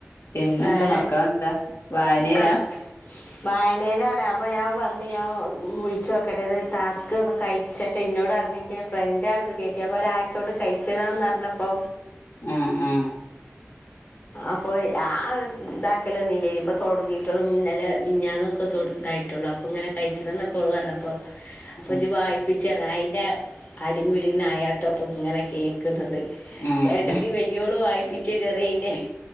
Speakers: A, on the left; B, on the left.
A: പിന്നെന്താ
B: വേറെ
A: മക്കളെന്താ വായനയിലാ
B: ആ വായനയിലാണ് അപ്പൊ ഞാൻ പറ പറ ഞ വിളിച്ചച്ച് നോക്കട്ടെ ഇത് ടാസ്ക് ഒന്ന് കഴിച്ചട്ട് ഇന്നോട് പററിഞ്ഞഞ്ിന്റെ ഫ്രണ്ട് ആാണ് ഇത് കയറ്റിയ ഒരാ്ച്ചോണ്ട് കഴിച്ചതാന്ന് പറഞ്ഞപ്പൊ
A: ഉ ഉ
B: അപ്പൊ ആ ഇതാക്കല ഒന്നുംില്ലേനി ഇപ്പൊ തുൊടങ്ങിട്ടുള്ളും ഇന്നലെ വിഞ്ഞാനൊക്കെ ഇായിട്ടുള്ള അൾ ഇങ്ങനെ കഴിച്ചി്ന്നൊക്കെോ പറണം അപ്പോൾ അപ്പൊ
A: ഉം
B: വായിപ്പ ചെറാ അതിന്റെ അടി പിിടി നായാട്ടം അപ്പൊ ഇങ്ങനെ കേക്ക ക്കത്
A: ഉം
B: ഏട്ടത്തിൽ വലിയോള് വായിപ്പിച്ച ചെറിയയിനെ